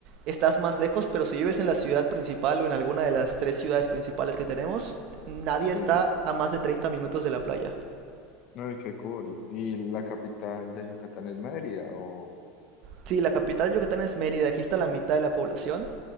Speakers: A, on the right (about 50°); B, on the left (about 45°).
A: estás más lejos, pero si vives en la ciudad principal o en alguna de las tres ciudades principales que tenemos, nadie
B: Sí.
A: está a más de 30 minutos de la playa.
B: Ay, qué cool. ¿Y la capital de Yucatán es Mérida o...?
A: Sí, la capital de Yucatán es Mérida, aquí está la mitad de la población.